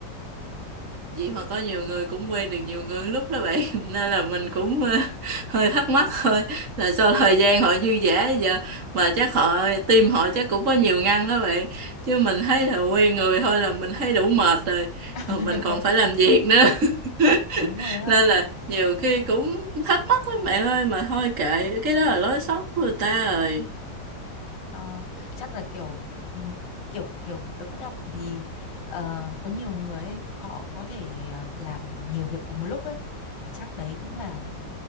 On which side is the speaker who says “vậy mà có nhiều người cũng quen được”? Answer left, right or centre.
Right